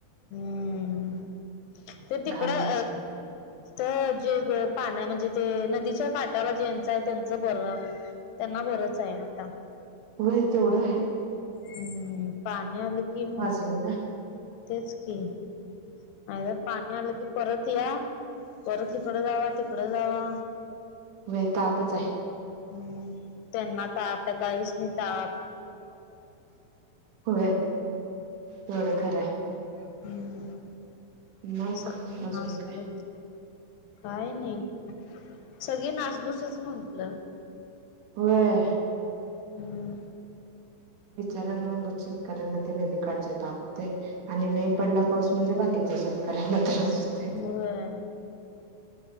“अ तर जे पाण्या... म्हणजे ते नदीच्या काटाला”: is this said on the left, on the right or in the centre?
Left